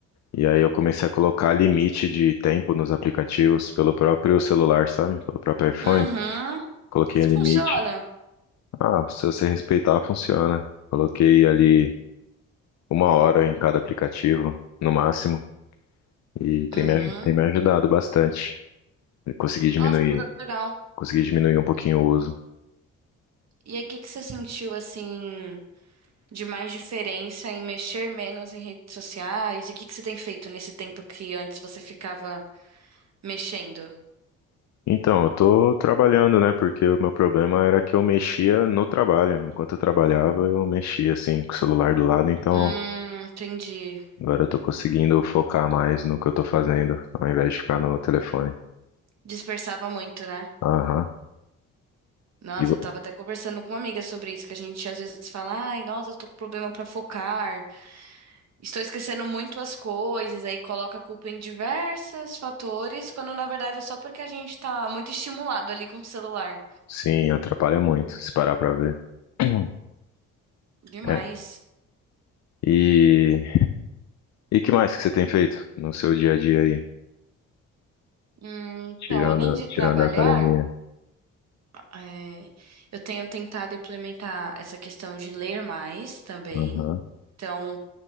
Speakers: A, on the left; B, on the right.
A: E aí eu comecei a colocar limite de tempo nos aplicativos pelo próprio celular, sabe? Pelo próprio iPhone.
B: Uhum.
A: Coloquei limite.
B: Funciona.
A: Ah, se você respeitar, funciona. Coloquei ali uma hora em cada aplicativo, no máximo, e tem
B: Uhum.
A: me, aj- tem me ajudado bastante. Eu consegui diminuir,
B: Nossa, que legal.
A: consegui diminuir um pouquinho o uso.
B: E aí, o que que você sentiu assim de mais diferença em mexer menos em redes sociais? E o que que você tem feito nesse tempo que antes você ficava mexendo?
A: Então, eu tô trabalhando, né? Porque o meu problema era que eu mexia no trabalho. Enquanto eu trabalhava, eu mexia assim com o celular do lado, então
B: Hum, entendi.
A: agora eu tô conseguindo focar mais no que eu tô fazendo, ao invés de ficar no telefone.
B: Dispersava muito, né?
A: Aham.
B: Nossa,
A: E vo-
B: eu tava até conversando com uma amiga sobre isso, que a gente às vezes fala, ai, nossa, eu tô com problema pra focar, estou esquecendo muito as coisas, aí coloca a culpa em diversos fatores, quando na verdade é só porque a gente tá muito estimulado ali com o celular.
A: sim, atrapalha muito, se parar pra ver. <clears throat>
B: Demais.
A: É. E E que mais que você tem feito no seu dia a dia aí?
B: Hum, então,
A: Tirando,
B: além de
A: tirando
B: trabalhar,
A: a academia.
B: É, eu tenho tentado implementar essa questão de ler mais também.
A: Aham,
B: Então,